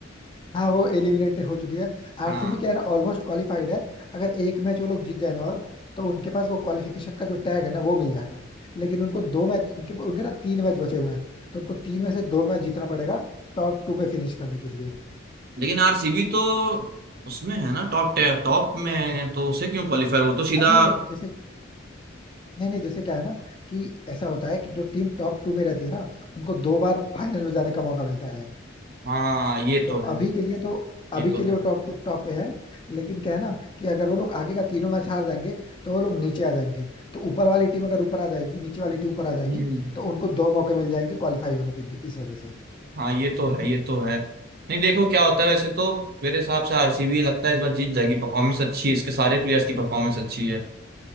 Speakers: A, on the left; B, on the right.
A: हाँ वो एलिमिनेट हो चुकी है
B: हाँ
A: आरसीबी क्या है ना ऑलमोस्ट क्वालिफाइड है अगर एक मैच वो लोग जीत जाए ना और तो उनके पास वो क्वालिफिकेशन का जो टैग है ना वो मिल जाएगा लेकिन उनको दो मैच उनके उनके ना तीन मैच बचे हुए हैं तो उनको तीन में से दो मैच जीतना पड़ेगा टॉप टू में फिनिश करने के लिए
B: लेकिन आरसीबी तो उसमें है ना टॉप टॉप में है, तो उसे क्यों क्वालिफाई वो तो सीधा
A: अ, नहीं नहीं जैसे नहीं नहीं जैसे क्या है ना कि ऐसा होता है कि जो टीम टॉप टू में रहती है ना उनको दो बार फाइनल में जाने का मौका मिलता है
B: हाँ ये तो
A: तो
B: है
A: अभी के लिए तो अभी
B: ये
A: के
B: तो
A: लिए
B: है
A: वो टॉप टू टॉप पे है लेकिन क्या है ना कि अगर वो लोग आगे का तीनों मैच हार जाएंगे तो वो लोग नीचे आ जाएंगे तो ऊपर वाली टीम अगर ऊपर आ जाएगी नीचे वाली टीम ऊपर आ जाएगी
B: हम्म
A: तो उनको दो मौके मिल जाएंगे क्वालिफाई होने के लिए इस वजह से
B: हाँ ये तो है ये तो है नहीं देखो क्या होता है वैसे तो मेरे हिसाब से आरसीबी लगता है इस बार जीत जाएगी परफॉर्मेंस अच्छी है इसके सारे प्लेयर्स की परफॉर्मेंस अच्छी है